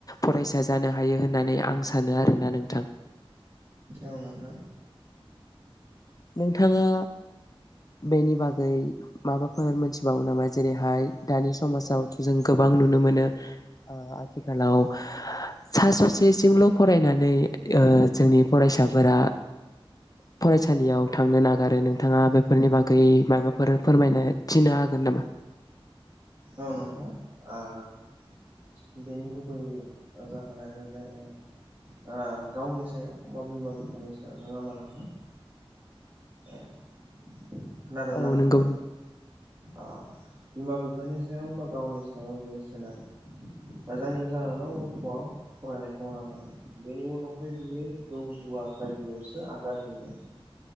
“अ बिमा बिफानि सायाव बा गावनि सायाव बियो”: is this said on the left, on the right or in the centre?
Right